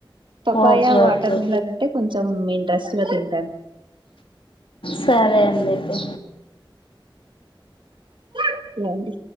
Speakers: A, on the right; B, on the left.
A: papaya
B: okay
A: water
B: okay
A: melon అంటే కొంచెం ఇంట్రస్ట్ గా తింటాను
B: సర్ ఎందితే
A: ఓకే అండి